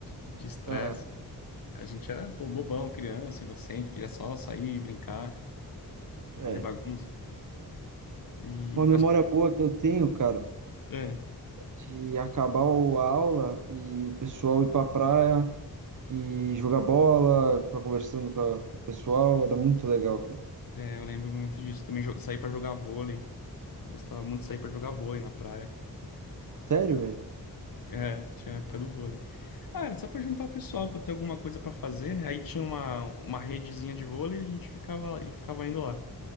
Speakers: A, on the left (about 65°); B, on the right (about 55°).
A: de estresse.
B: É,
A: A gente era, pô, bobão, criança, inocente, queria só sair, brincar,
B: é.
A: fazer bagunça. E,
B: Uma memória
A: mas, pô,
B: boa que eu tenho, cara,
A: é,
B: de acabar o- a aula e o pessoal ir pra praia e jogar bola, ficar conversando com, a- com o pessoal, era muito legal, cara.
A: é, eu lembro muito disso. Também jo- saí pra jogar vôlei. Gostava muito de sair pra jogar vôlei na praia.
B: Sério, velho?
A: É, tinha a época do vôlei. Ah, era só pra juntar o pessoal, pra ter alguma coisa pra fazer, né? Aí tinha uma, uma redezinha de vôlei e a gente ficava, e ficava indo lá.